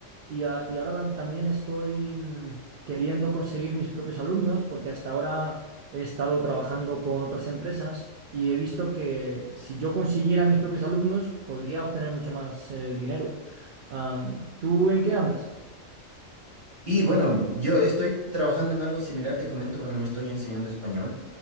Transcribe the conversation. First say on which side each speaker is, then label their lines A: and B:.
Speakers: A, on the right (about 60°); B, on the right (about 25°).
A: y, a- y ahora tam- también estoy mm, queriendo conseguir mis propios alumnos porque hasta ahora he estado trabajando con otras empresas y he visto que si yo consiguiera mis propios alumnos podría obtener mucho más eh, dinero. Am, ¿tú en qué andas?
B: Y bueno, yo estoy trabajando en algo similar, te comento, bueno, no estoy enseñando español,